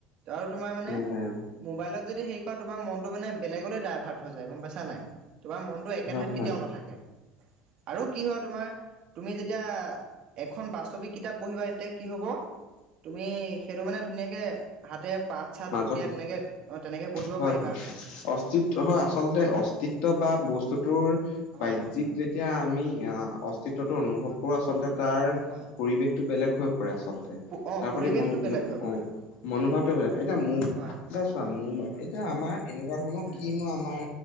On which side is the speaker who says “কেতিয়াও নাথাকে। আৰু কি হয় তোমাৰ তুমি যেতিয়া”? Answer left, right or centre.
Right